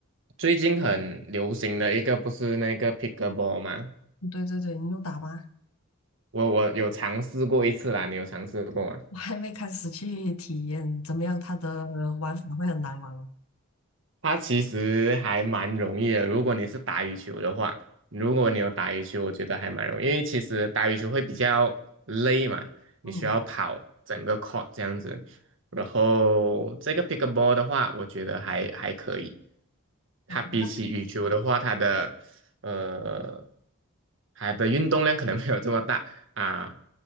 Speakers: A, on the right; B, on the left.
A: 最近很流行的一个不是那个 pickleball 吗？
B: 对对对，你有打吗？<laughs>
A: 我我有尝试过一次啦，你有尝试过吗？
B: 我还没开始去体验怎么样，它的玩法会很难玩吗？
A: 它其实还蛮容易的，如果你是打羽球的话，如果你有打羽球，我觉得还蛮容易，因为其实打羽球会比较累嘛，你需要跑整个
B: 嗯
A: court 这样子。然后这个 pickleball 的话，我觉得还还可以。它比起羽球的话，
B: ，OK，那
A: 它的呃，它的运动量可能没有这么大啊，